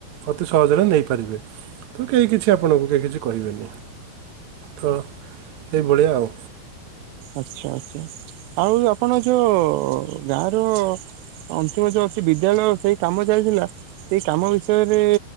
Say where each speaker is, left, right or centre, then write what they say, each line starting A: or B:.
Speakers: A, on the right; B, on the right.
A: ଅତି ସହଜରେ ନେଇପାରିବେ। ତ କେହି କିଛି ଆପଣଙ୍କୁ କେହି କିଛି କହିବେନି ତ ସେଇଭଳିଆ ଆଉ
B: ଆଛା ଆଛା ଆଉ ଆପଣ ଯୋଉ ଗାଁ ର ଅନ୍ତିମ ଯୋଉ ଅଛି ବିଦ୍ୟାଳୟ ସେଇ କାମ ଚାଲିଥିଲା ସେଇ କାମ ବିଷୟରେ